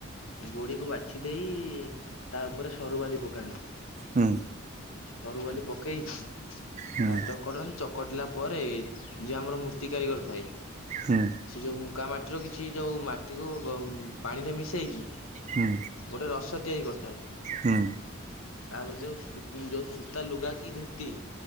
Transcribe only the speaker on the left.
ଗୋଡିକୁ ବାଛି ଦେଇ ତା ଉପରେ ସରୁ ବାଲି ପକାନ୍ତି।
ସରୁ ବାଲି ପକେଇଛି ତାର
ଚକଟନ୍ତି ଚକ କଟିଲା ପରେ ଯଏ ଆମର ମୂର୍ତ୍ତି କାରିଗର ଥାଏ
ସେ ଯୋଉ ଉକା ମାଟିର କିଛି ଯୋଉ ମାଟିକୁ ପାଣିରେ ମିଶେଇକି
ଗୋଟେ ରସ ତିଆରି କରିଥାଏ।
ତାପରେ ଯୋଉ ଯୋଉ ସୂତା ଲୁଗା କି ଧୋତି